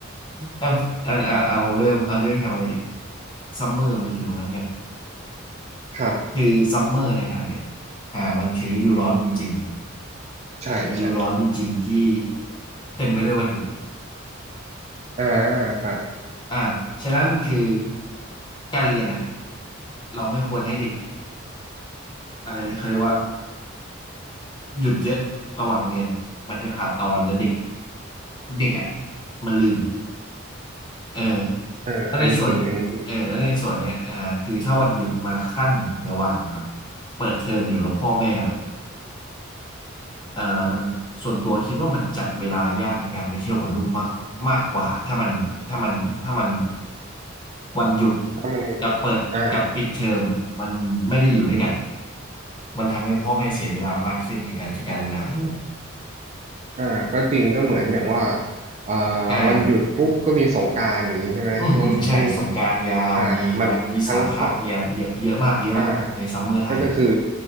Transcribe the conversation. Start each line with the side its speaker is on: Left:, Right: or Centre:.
Left: อ่ะอ่ะอ่ะเอาเรื่อง เอาเรื่องทำไม ซัมเมอร์มาอยู่ตรงนั้นกัน
Right: ครับ
Left: คือซัมเมอร์ในไทยอ่ะอ่ามันคือฤดูร้อนจริง
Right: ใช่ใช่
Left: ๆฤดูร้อนจริงๆ ที่เต็มไปด้วยวันหยุด
Right: อ่าใช่
Left: อ่าฉะนั้นคือการเรียนอ่ะเราไม่ควรให้เด็กอะไรนะเขาเรียกว่าหยุดเยอะระหว่างเรียน มันจะขาดตอนแล้วเด็กเด็กอ่ะมันลืมเออ
Right: เอออันนี้จริง
Left: แล้วในส่วน
Right: อันนี้จริง
Left: เออแล้วในส่วนเนี้ยอ่าคือถ้าวันหยุดมาขั้นระหว่างแบบเปิดเทอมอยู่แล้วพ่อแม่แบบ เอ่อมันส่วนตัวคิดว่ามันจัดเวลายากในการไปเที่ยวกับลูกมากมากกว่าถ้ามันถ้ามันถ้ามันวันหยุด
Right: ถ้ามัน
Left: กับเปิดกับปิดเทอมมันไม่ได้อยู่ด้วยกัน
Right: อ่า
Left: มันทำให้พ่อแม่เสียเวลามากขึ้นในการจัดการเวลากับลูก
Right: อ่าก็จริงก็เหมือนอย่างว่าอ่า
Left: อ่า
Right: วันหยุดปุ๊บก็มีสงกรานต์อย่างนี้ใช่ไหมช่วงช่วง
Left: อืมอืมใช่สงกรานต์ยาวมีวันวิสาขะมีอะไรเยอะเยอะมากเยอะมากในซัมเมอร์ไทยเนี่ย
Right: อ่ามันทั้งพ่ออ่าก็จะคือ